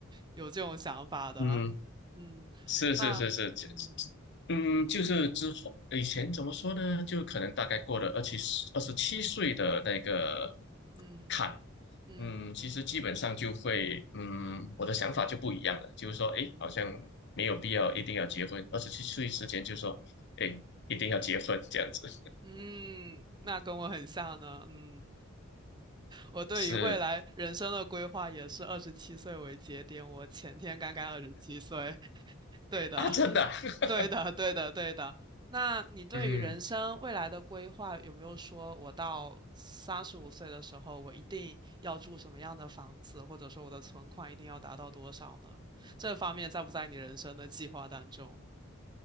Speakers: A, on the right; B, on the left.
A: 有这种想法的，
B: 嗯
A: 嗯，
B: 是是是是，
A: 那嗯
B: 这嗯，就是之后以前怎么说呢？就可能大概过了二七二十七岁的那个
A: 嗯
B: 坎，
A: 嗯
B: 嗯，其实基本上就会，嗯，我的想法就不一样了，就是说，诶，好像没有必要一定要结婚，二十七岁之前就说，诶，一定要结婚这样子，
A: 嗯，那跟我很像呢，嗯。我对于未来人生的规划也是二十七岁为节点，
B: 是
A: 我前天刚刚二十七岁。<laughs> 对的，
B: 啊，真的啊，<laughs>
A: 对的，对的，对的。那你对于人生未来的规划有没有说，
B: 嗯。
A: 我到三十五岁的时候，我一定要住什么样的房子，或者说我的存款一定要达到多少呢？这方面在不在你人生的计划当中？